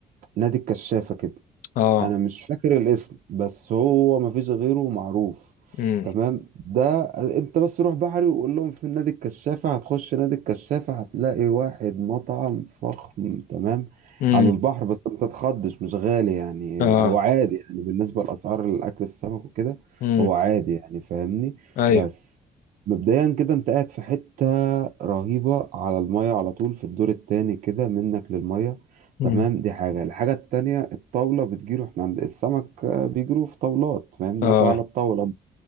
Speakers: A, on the right; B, on the left.
A: نادي الكشافة كده
B: اه
A: انا مش فاكر الاسم بس هو مفيش غيره معروف
B: امم
A: تمام ده انت بس روح بحري وقول لهم في نادي الكشافة هتخش نادي الكشافة هتلاقي واحد مطعم فخم تمام
B: امم
A: على البحر بس ما تتخضش مش غالي يعني
B: اه
A: او عادي يعني بالنسبة لأسعار الأكل السمك وكده
B: امم
A: هو عادي يعني فاهمني
B: ايوه
A: بس مبدئيا كده انت قاعد في حتة رهيبة على المية على طول في الدور التاني كده منك للمية
B: امم
A: تمام دي حاجة الحاجة التانية الطاولة بتجيله احنا عند السمك آه، بيجيله في طاولات فاهمني
B: اه
A: قاطع على الطاولة انت